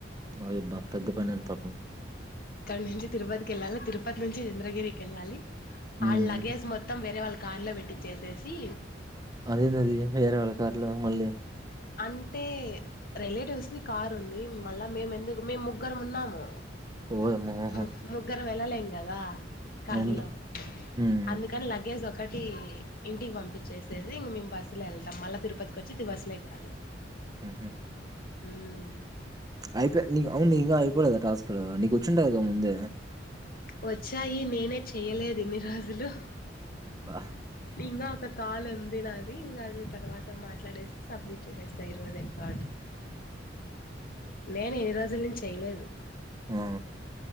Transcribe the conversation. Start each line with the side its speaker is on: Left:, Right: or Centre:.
Right: ఓయ్యబా పెద్ద పని అం పాపం
Left: ఇక్కడ నుంచి తిరుపతికి వెళ్ళాలి తిరుపతి నుంచి చంద్రగిరికి ఎల్లాలి ఆడి
Right: ఉమ్
Left: లగేజ్
Right: ఉమ్
Left: మొత్తం వేరే వాళ్ళ కార్ లో పెట్టిచ్చేసేసి
Right: అదేందిది వేరే వాళ్ళ కారులో మళ్ళీ
Left: అంటే రిలేటివ్స్ది కారు ఉంది మళ్ళా మేము ఎందుకు మేము ముగ్గురు ఉన్నాము
Right: ఓయమ్మో ఆహా
Left: ము ముగ్గుర వెళ్ళాలం కదా కార్
Right: అవునులే
Left: లో
Right: ఉమ్
Left: అందుకని లగేజ్ ఒకటి ఇంటికి పంపించేసేసి ఇంక మేము బస్సులో వెళ్తాం మళ్ళీ తిరుపతికి వచ్చి ఇ బస్లో ఎక్కాలి
Right: ఆహ
Left: ఉమ్
Right: అయిపోయా నీ అవును ఇంకా అయిపోలేదా టాస్ క నీకు వచ్చింట క ముందే
Left: వచ్చాయి నేనే చెయలేదు ఇన్ని రోజులు
Right: బా
Left: ఇంకా ఇ కాల్ ఉంది నాది ఇంకా అది తర్వాత మాట్లాడేస్త సబ్మిట్ చేసేస్తా ఇరువది ఎట్లా నేను ఎన్ని రోజుల నుంచి చేయలేదు
Right: ఉ ఉ